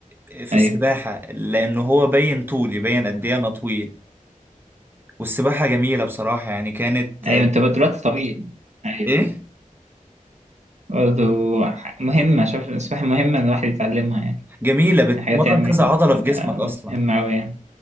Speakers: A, on the right (about 15°); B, on the right (about 55°).
A: في
B: أيوه
A: السباحة لأنه هو بين طولي بين قد إيه أنا طويل والسباحة جميلة بصراحة يعني كانت
B: أيوه
A: آه،
B: أنت بقى دلوقتي طويل أيوه
A: إيه
B: أيوه برضه ح- مهمة شوف السباحة مهمة إن الواحد يتعلمها يعني
A: جميلة بتمرن
B: حاجات يعني
A: كذا عضلة
B: بتبقى
A: في جسمك أصلا
B: مهمة أوي يعني